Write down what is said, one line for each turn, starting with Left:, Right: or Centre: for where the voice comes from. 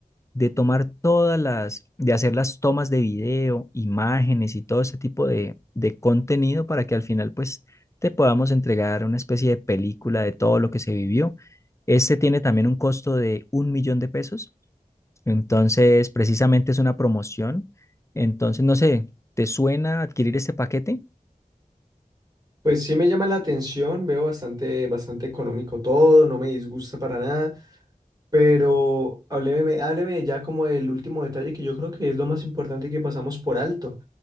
Left: de tomar todas las, de hacer las tomas de video, imágenes y todo ese tipo de, de contenido para que al final pues te podamos entregar una especie de película de todo lo que se vivió. Este tiene también un costo de un millón de pesos, entonces precisamente es una promoción. Entonces, no sé, ¿te suena adquirir este paquete?
Right: Pues sí me llama la atención, veo bastante, bastante económico todo, no me disgusta para nada, pero hábleme, hábleme ya como del último detalle que yo creo que es lo más importante que pasamos por alto.